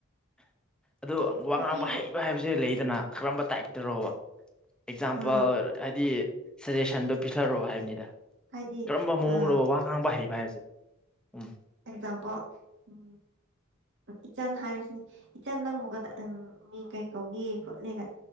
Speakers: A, in the centre; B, on the right.
A: ꯑꯗꯣ ꯋꯥ
B: ꯅꯨꯄꯤꯕꯨ
A: ꯉꯥꯡꯕ ꯍꯩꯕ ꯍꯥꯏꯕꯁꯦ ꯂꯩꯗꯅ ꯀꯔꯝꯕ ꯇꯥꯏꯞꯇꯔꯣꯕ ꯑꯦꯛꯖꯥꯝꯄꯜ
B: ꯑ
A: ꯍꯥꯏꯗꯤ ꯁꯖꯦꯁꯟꯗꯣ ꯄꯤꯊꯔꯑꯣ ꯍꯥꯏꯕꯅꯤꯗ
B: ꯍꯥꯏꯗꯤ
A: ꯀꯔꯝꯕ ꯃꯑꯣꯡꯅꯣ
B: ꯑ
A: ꯋꯥ ꯉꯥꯡꯕ ꯍꯩꯕ ꯍꯥꯏꯕꯁꯦ ꯎꯝ
B: ꯑꯦꯛꯖꯥꯝꯄꯜ ꯎꯝ ꯏꯆꯟ ꯍꯥꯏꯔꯤꯁꯤꯅꯤ ꯏꯆꯟ ꯅꯪꯕꯒꯗ ꯎ ꯃꯤ ꯀꯩ ꯀꯧꯒꯦ ꯈꯣꯠꯂꯒꯪ